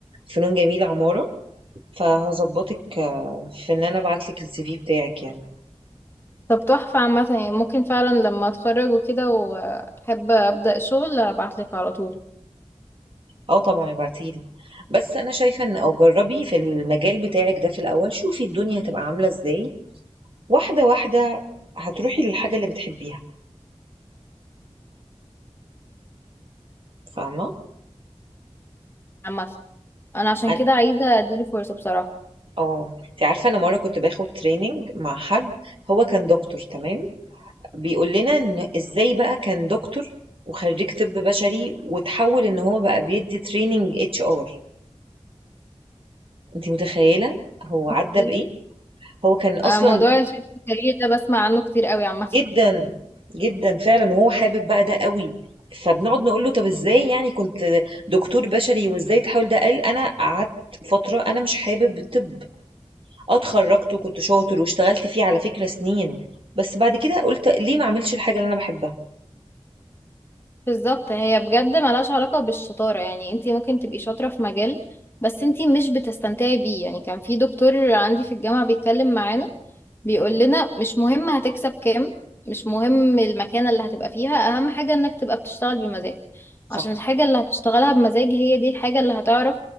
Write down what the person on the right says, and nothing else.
فنون جميلة عمارة، فهاضبّطِك في إن أنا أبعت لِك الCV بتاعِك يعني.
آه طبعًا ابعتي لي، بس أنا شايفة إن أو جرّبي في المجال بتاعِك ده في الأول، شوفي الدنيا هتبقى عاملة إزاي، واحدة، واحدة هتروحي للحاجة اللي بتحبيها، فاهمة؟
أ
آه، أنتِ عارفة أنا مرّة كنت باخد training مع حد، هو كان دكتور تمام؟ بيقول لنا إن إزاي بقى كان دكتور وخريج طب بشري وتحول إن هو بقى بيدي تريننج اتش ار أنت متخيلة هو عدى
بإيه هو كان أصلا
جدا جدا فعلا وهو حابب بقى ده قوي فبنقعد نقول له طب ازاي يعني كنت دكتور بشري وازاي تحاول ده قال انا قعدت فترة انا مش حابب الطب اه اتخرجت وكنت شاطر واشتغلت فيه على فكرة سنين بس بعد كده قلت ليه ما اعملش الحاجة اللي انا بحبها
صح